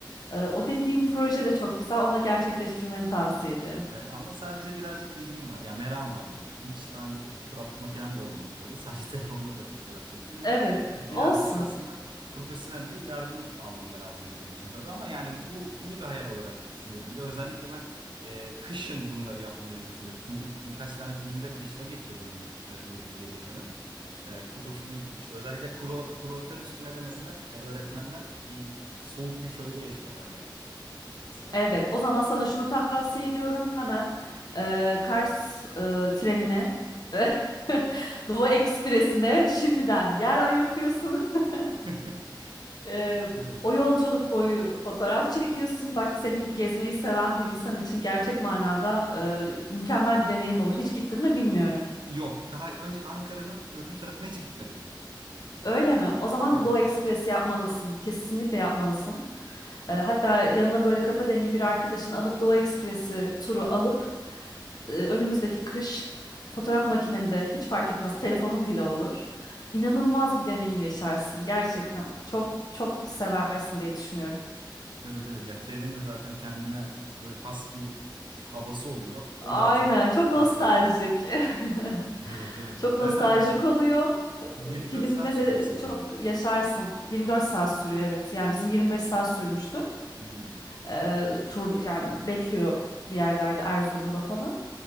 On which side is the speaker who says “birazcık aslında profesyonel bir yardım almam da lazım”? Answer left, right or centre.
Right